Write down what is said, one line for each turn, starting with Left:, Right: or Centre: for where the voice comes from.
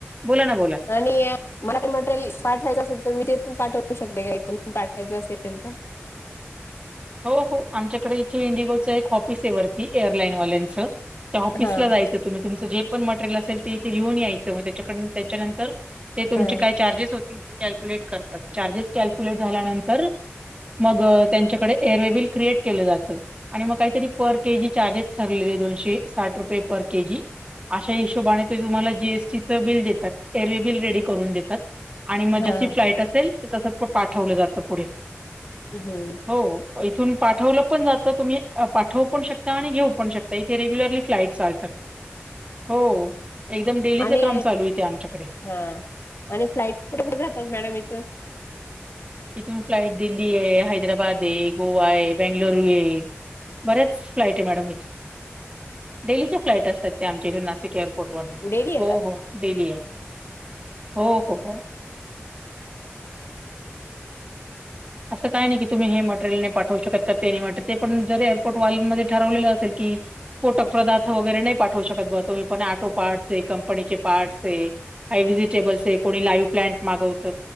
Right: बोला ना बोला
Left: आणि मला काही मटेरियल पाठवायचं असेल तर मी तेथून पाठवू शकते का इथून पाठवायचं असेल तर.
Right: हो हो आमच्याकडे इथे इंडिगोचं एक ऑफिस आहे वरती एअरलाईनवाल्यांचं. त्या ऑफिसला
Left: हा
Right: ला जायचं तुम्ही तुमचं जे पण मटेरियल असेल ते इथे घेऊन यायचं मग त्याच्याकड त्याच्यानंतर. ते तुमचे
Left: हा
Right: काय चार्जेस होते. कॅल्क्युलेट करतात, चार्जेस कल्क्युलेट झाल्यानंतर मग त्यांच्याकडे. एअरवेल क्रिएट केलं जातं. आणि मग काहीतरी पर के जी चार्जेस ठरलेले दोनशे साठ रुपये पर के जी. अशा हिशोबाने ते तुम्हाला जीएसटी च बिल देतात एअरवे बिल रेडी करून देतात. आणि मग
Left: हा
Right: जशी फ्लाईट असेल तर तस पाठवलं जातं पुढे.
Left: हम्म.
Right: हो हो, ‌ इथून पाठवलं पण जात तुम्ही पाठवू पण शकता आणि घेऊ पण शकता. तर येथे रेग्युलरली फ्लाईट चालतात. हो एकदम डेलीचं
Left: आणि
Right: काम चालू येते आमच्याकडे.
Left: हा आणि फ्लाइट कुठ कुठ जातात मॅडम इथून.
Right: इथून फ्लाइट दिल्ली आहे, हैदराबाद आहे, गोवा आहे बेंगलुरू आहे. बऱ्याच फ्लाईट आहे मॅडम इथून डेलीच्या फ्लाइट असतात त्या आमच्या इथून नासिक
Left: डेली
Right: हो हो डेली ये हो हो हो असं काय नाही की तुम्ही हे मटरिल नाही पाठवू शकत का ते नाही ते पण जर एअरपोर्ट वाल्यांमध्ये ठरवलेलं असेल की. कोट पदार्थ वगैरे नाही पाठवू शकत बघ तुम्ही पण आटो पार्ट. कंपनीचे पार्टस आहे का व्हजिटेबल्स आहे कोणी लाइव प्लंट. मागवत